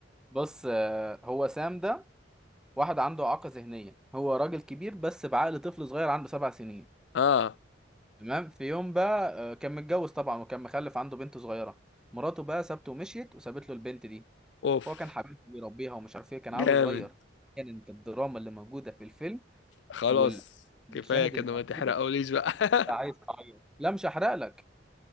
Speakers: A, in the centre; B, on the left (about 70°).
A: بص آه هو سام ده واحد عنده اعاقه ذهنيه هو راجل كبير بس بعقل طفل صغير عنده سبع سنين
B: اه
A: تمام في يوم بقى آه، كان متجوز طبعا وكان مخلف عنده بنت صغيره مراته بقى سابته ومشيت وسابت له البنت دي
B: اوف
A: هو كان حبيبها بيربيها ومش عارف ايه كان
B: جامد
A: عيله صغير كانت الدراما اللي موجوده في الفيلم
B: خلاص
A: والمشاهد
B: كفايه كده
A: اللي موجوده
B: ما تحرقوليش بقى <laughs>
A: فعايز تعيط لا مش هحرق لك